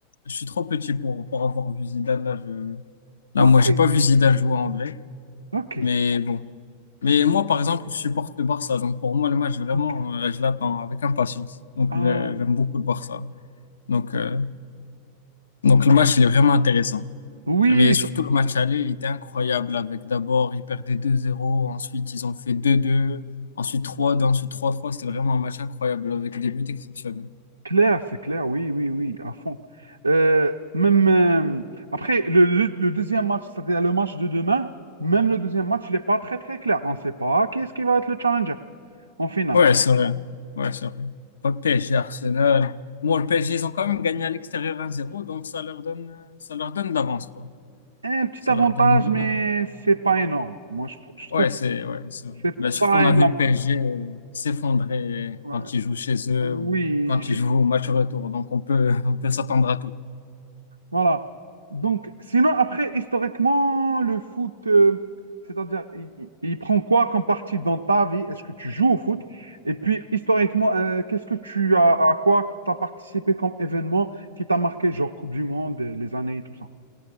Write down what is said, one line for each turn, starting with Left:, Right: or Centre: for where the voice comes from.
Left: je suis trop petit pour, pour avoir vu Zidane. Là, je, là,
Right: ok,
Left: moi, j'ai pas vu Zidane jouer en vrai.
Right: ok,
Left: Mais bon. Mais moi, par exemple, je supporte le Barça. Donc, pour moi, le match, vraiment,
Right: ok.
Left: euh, je l'attends avec impatience. Donc,
Right: Ah,
Left: j'ai- j'aime beaucoup le Barça. Donc, euh, donc, le match, il est vraiment intéressant.
Right: oui,
Left: Mais surtout, le match aller, il était incroyable. Avec d'abord, ils perdaient deux zéro Ensuite, ils ont fait deux deux Ensuite, trois 2 Ensuite, trois trois C'était vraiment un match incroyable avec des buts exceptionnels.
Right: Clair, c'est clair, oui, oui, oui, à fond. Euh, même euh, après le, le- le deuxième match, c'est-à-dire le match de demain, même le deuxième match, il n'est pas très très clair. On ne sait pas qui est-ce qui va être le challenger en finale.
Left: Ouais, c'est vrai. Ouais, c'est vrai. Pas PSG, Arsenal. Bon, le PSG, ils ont quand même gagné à l'extérieur un zéro donc ça leur donne, euh, ça leur donne de l'avance, quoi.
Right: Un petit
Left: Ça
Right: avantage,
Left: leur donne une bonne
Right: mais
Left: avance.
Right: c'est pas énorme. Moi, je, tr- je trouve
Left: Ouais, c'est
Right: que
Left: ouais, c'est vrai.
Right: c'est
Left: Ben, surtout,
Right: pas
Left: on a
Right: énorme.
Left: vu le PSG s'effondrer
Right: Ouais.
Left: quand ils jouent chez eux
Right: Oui,
Left: ou quand ils jouent au match retour. Donc, on peut, <laughs> on peut s'attendre à tout.
Right: Voilà. Donc, sinon, après, historiquement, le foot, euh, c'est-à-dire, il, il- il prend quoi comme partie dans ta vie? Est-ce que tu joues au foot? Et puis, historiquement, euh, qu'est-ce que tu as, à quoi tu as participé comme événement qui t'a marqué, genre Coupe du Monde, euh, les années et tout ça?